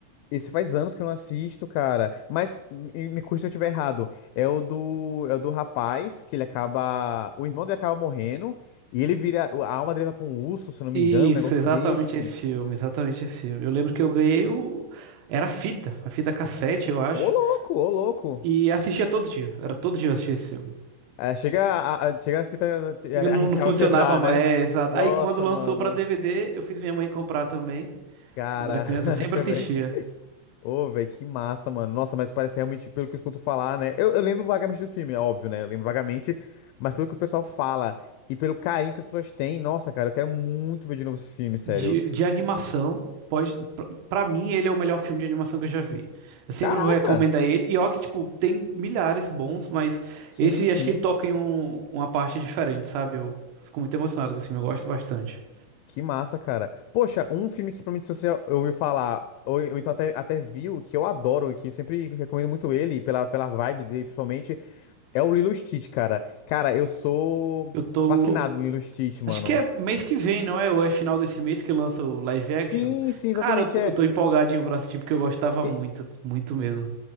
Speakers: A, on the left; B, on the right.
A: esse faz anos que eu não assisto, cara. Mas me, me corrija se eu estiver errado. É o do, é o do rapaz que ele acaba, o irmão dele acaba morrendo e ele vira, a alma dele vai pra um urso, se eu não
B: Isso,
A: me engano, um negócio
B: exatamente
A: desse.
B: esse filme, exatamente esse filme. Eu lembro que eu ganhei o. Era a fita, a fita cassete, eu acho.
A: Ô louco, ô louco.
B: E assistia todo dia. Era todo dia eu assistia esse filme.
A: É, chega a, a- chega a fita e
B: Eu
A: a
B: Não,
A: arriscava
B: não funcionava
A: quebrar,
B: mais.
A: né?
B: É, exato.
A: Nossa,
B: Aí quando lançou
A: mano.
B: pra DVD, eu fiz minha mãe comprar também.
A: Caraca,
B: Quando era criança, eu sempre assistia.
A: <laughs> velho. Ô, velho, que massa, mano. Nossa, mas parece realmente, pelo que eu escuto falar, né? Eu, eu lembro vagamente do filme, é óbvio, né? Eu lembro vagamente, mas pelo que o pessoal fala e pelo carinho que as pessoas têm, nossa, cara, eu quero muito ver de novo esse filme, sério.
B: De, de animação, pode. Pra, pra mim, ele é o melhor filme de animação que eu já vi. Eu sempre
A: Caraca!
B: vou recomendar ele. E ó, que, tipo, tem milhares bons, mas
A: Sim,
B: esse
A: sim.
B: acho que toca em um- uma parte diferente, sabe? Eu fico muito emocionado com esse filme, eu gosto bastante.
A: Que massa, cara. Poxa, um filme que provavelmente você já ouviu falar, ou, ou então até, até viu, que eu adoro, que eu sempre recomendo muito ele, pela, pela vibe dele principalmente, é o Lilo e Stitch, cara. Cara, eu sou
B: Eu tô. lou-
A: fascinado em Lilo e Stitch, mano.
B: Acho que é mês que vem, não é? Ou é final desse mês que lança o live action?
A: Sim, sim, exatamente,
B: Cara, eu tô,
A: é.
B: eu tô empolgadinho pra assistir porque eu gostava
A: E
B: muito, muito mesmo.